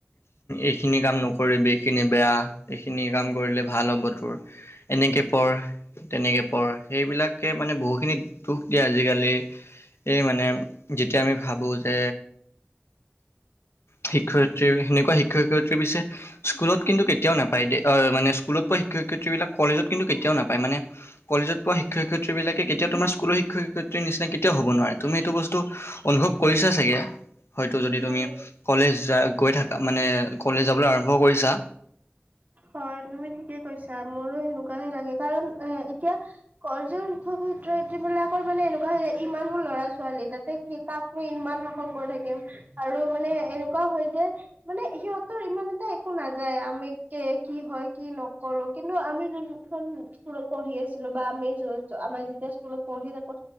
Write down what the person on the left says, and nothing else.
এইখিনি কাম নকৰিবি এইখিনি বেয়া, এইখিনি কাম কৰিলে ভাল হ'ব তোৰ। এনেকে পঢ় তেনেকে পঢ়, সেইবিলাকে মানে বহু দুখ দিয়ে আজিকালি, এই মানে যেতিয়া আমি ভাবোঁ‌ যে শিক্ষয়িত্ৰী, সেনেকুৱা শিক্ষ-শিক্ষয়িত্ৰীৰ পিছে স্কুলত কিন্তু কেতিয়াও নাপায় দেই, অ', মানে স্কুলত পোৱা শিক্ষ-শিক্ষয়িত্ৰী বিলাক কলেজত কিন্তু কেতিয়াওঁ নাপায়, মানে কলেজত পোৱা শিক্ষ-শিক্ষয়িত্ৰী বিলাকে কেতিয়া তোমাৰ স্কুল শিক্ষ-শিক্ষয়িত্ৰীৰ নিচিনা কেতিয়াও হ'ব নোৱাৰে, তুমি এইটো বস্তু অনুভব কৰিছা চাগে। হয়তো যদি তুমি,
কলেজ যা-গৈ থাকা, মানে কলেজ যাবলৈ আৰম্ভ কৰিছা।